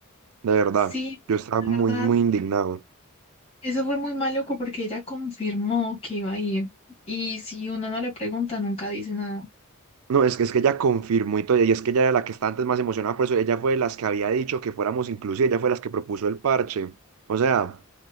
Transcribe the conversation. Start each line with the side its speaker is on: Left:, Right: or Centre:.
Right: De verdad,
Left: Sí, pues,
Right: yo estaba muy,
Left: la verdad,
Right: muy indignado.
Left: eso fue muy maluco porque ella confirmó que iba a ir. Y si uno no le pregunta, nunca dice nada.
Right: No, es que, es que ella confirmó y todo, y es que ella era la que estaba antes más emocionada, por eso ella fue de las que había dicho que fuéramos inclusive, ella fue de las que propuso el parche. O sea,